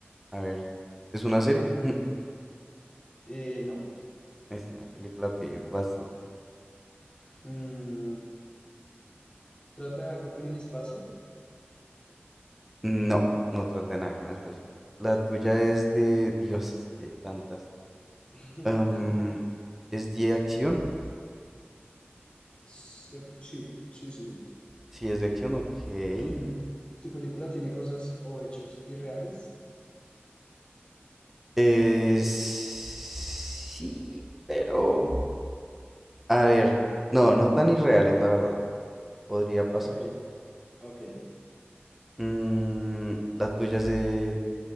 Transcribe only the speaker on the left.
Eh, no.
Mm, ¿trata de algo con el espacio?
Ok.
<laughs>
Se- Sí, sí, sí, sí.
Mm, ¿tu película tiene cosas o hechos irreales?
Ok, ok.